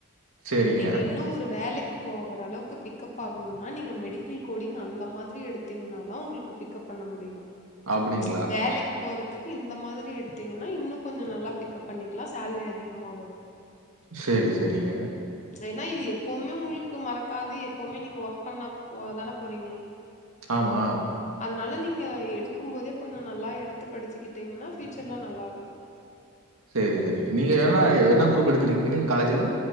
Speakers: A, on the right; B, on the left.
A: சரிங்க.
B: நீங்க இன்னு ஒரு வேலைக்கு போகற அளவுக்கு பிக்கப் ஆகணுனா நீங்க மெடிக்கல் கோடிங் அந்த மாதிரி எடுத்தீங்ன்னாதா உங்ளுக்கு பிக்கப் பண்ண முடியு
A: அப்டிங்
B: வேலைக்கு போற த்துக்கு இந்த மாதிரி எடுத்தீங்ன்னா இன்னு கொஞ்சோ நல்லா பிக்கப் பண்ணிக்கலா சேல்ரி அதிகமா வரு
A: சேரி சேரிங்க
B: ஏன்னா இது எப்போமே உங்ளுக்கு மறக்காது எப்போமே நீங்க ஒர்க் பண்ண போவதான போறீங்க
A: ஆமா
B: அதனால நீங்க எடுக்கும் போதே கொஞ்சோ நல்லா எடுத்து படிச்சுக்கிட்டீங்கன்னா ஃபியூச்சர்ல நல்லார்க்கு
A: சேரி சேரிங்க நீங்க என்னா என்னா க்ரூப் எடுத்திருக்கீங்க நீங்க காலேஜ்ல